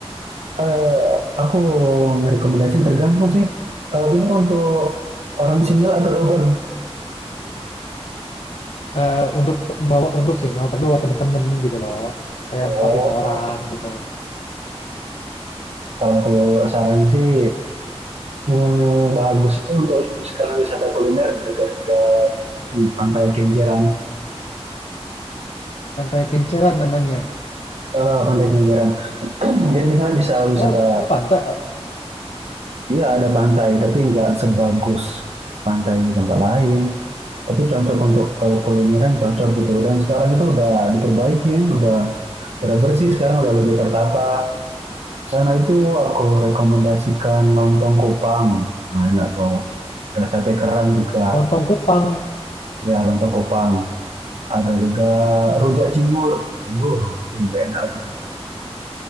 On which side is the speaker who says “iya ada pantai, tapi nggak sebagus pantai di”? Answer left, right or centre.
Right